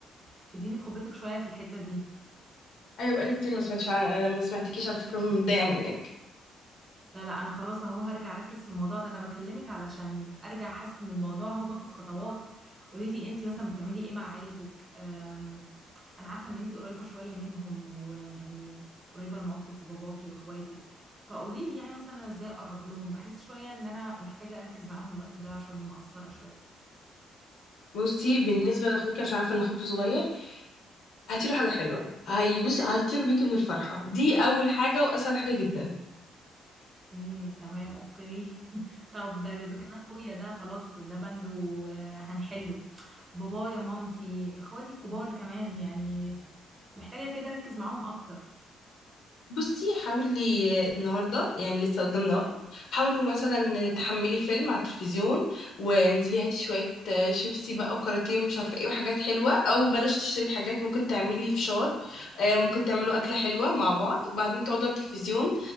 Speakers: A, on the right; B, on the left.
A: فديني بخبرتك شويه في الحته دي
B: ايوه بقالي كتير ما سمعتش عن... ما سمعتكيش على فكره ومتضايقه منك
A: لا لا انا خلاص اهو هرجع اركز في الموضوع ده انا بكلمك علشان ارجع احسن من الموضوع اهو باخد خطوات قولي لي انتي مثلا بتعملي ايه مع عيلتك أم، انا عارفه ان انتي قريبه شويه منهم ويعني قريبه لمامتك وباباكي واخواتك فقولي لي يعني مثلا أنا ازاي اقرب لهم بحس شويه ان انا محتاجه اركز معاهم الوقت ده عشان مقصره شويه
B: بصي بالنسبه لاخوك عشان عارفه ان اخوك صغير هاتي له حاجه حلوه هي بصي هيطير بيكي من الفرحه دي اول حاجه واسهل حاجه جدا
A: امم تمام اوكي <laughs> طب ده اذا كان اخويا ده خلاص ده بند وهنحله بابايا مامتي اخواتي الكبار كمان يعني محتاجة كده اركز معاهم اكتر
B: بصي حاولي النهارده يعني لسه قدامنا وقت حاولوا مثلا تحملي فيلم على التلفزيون وانزلي هاتي شويه شيبسي بقى وكاراتيه ومش عارفه ايه وحاجات حلوه او بلاش تشتري حاجات ممكن تعملي فشار آه، ممكن تعملوا اكله حلوه مع بعض وبعدين تقعدوا على التلفزيون